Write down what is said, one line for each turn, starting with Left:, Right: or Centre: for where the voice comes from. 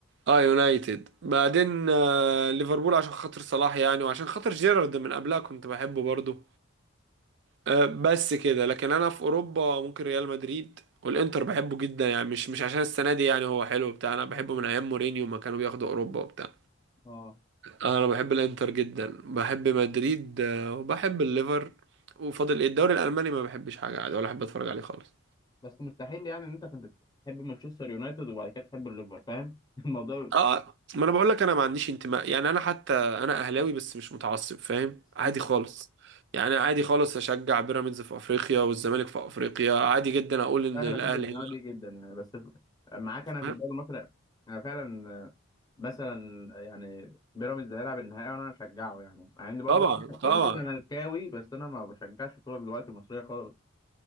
Right: اه يونايتد بعدين آه ليفربول عشان خاطر صلاح يعني وعشان خاطر جيرارد من قبلها كنت بحبه برضه آه، بس كده لكن انا في اوروبا ممكن ريال مدريد والانتر بحبه جدا يعني مش مش عشان السنه دي يعني هو حلو بتاع انا بحبه
Left: مم.
Right: من ايام مورينيو ما كانوا بياخدوا اوروبا وبتاع
Left: اه
Right: انا بحب الانتر جدا بحب مدريد آه، وبحب الليفر وفاضل إيه؟ الدوري الالماني ما بحبش حاجه عادي ولا احب اتفرج عليه خالص
Left: بس مستحيل يعني ان انت كنت تحب مانشستر يونايتد وبعد كده تحب الليفر فاهم <laughs> الموضوع
Right: اه ما انا بقول لك انا ما عنديش انتماء يعني انا حتى انا اهلاوي بس مش متعصب فاهم عادي
Left: مم.
Right: خالص يعني عادي خالص اشجع بيراميدز في افريقيا والزمالك في افريقيا عادي جدا اقول ان
Left: لا انا
Right: الاهلي
Left: بحب الدماغ دي جدا يعني بس ف- معاك انا في
Right: هنا
Left: الدوري المصري انا فعلا آه، مثلا آه، يعني بيراميدز هيلعب النهائي وانا هشجعه يعني مع اني برضو
Right: طبعا طبعا
Left: كنت زملكاوي بس انا ما بشجعش الكوره دلوقتي المصريه خالص